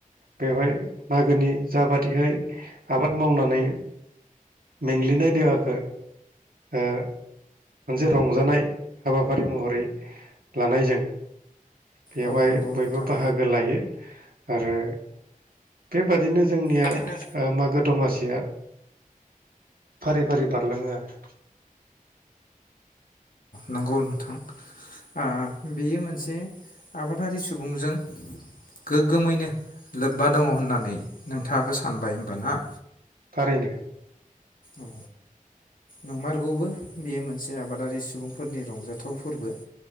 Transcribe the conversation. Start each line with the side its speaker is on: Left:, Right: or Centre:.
Right: बेवहाय मागोनि जाबादिहाय आबाद मावनानै मेंग्लिनाय देहाखो ओ मोनसे रंजानाय हाबाफारि महरै लानायजों बेवहाय
Left: औ नंगौ
Right: बयबो
Left: नोंथां
Right: बाहागो लायो आरो बेबादिनो जोंनिया
Left: ओरैनो
Right: ओ मागो दमासिया फारि फारि बारलाङो आरो
Left: नंगौ नोंथां आ बेयो मोनसे आबादारि सुबुंजों गोग्गोमैनो लोब्बा दङ होननानै नोंथाङाबो सानबाय होमबा ना?
Right: थारैनो
Left: औ नंमारगौबो बेयो मोनसे आबादारि सुबुं फोरनि रंजाथाव फोरबो